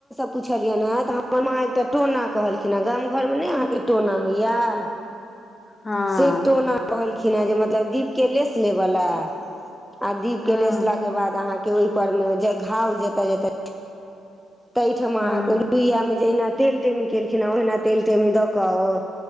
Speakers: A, in the centre; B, on the left.
A: पुछलियन हेँ तऽ हमर माँ एकटा टोना कहलखिन हे गाम घर मे नै अहाँके टोना होयया।
B: हँ
A: से टोना कहलखिन हेँ जे मतलब दीप के लेस लेबे ला आ दीप
B: हँ
A: के लेसला के बाद अहाँ के ओय पर मे जे घाव जता-जता तै ठमा
B: हँ
A: अहाँके रुइया मे जैहना तेल तेल केलखिन ए ओहना तेल तेल मे दऽ कऽ ओ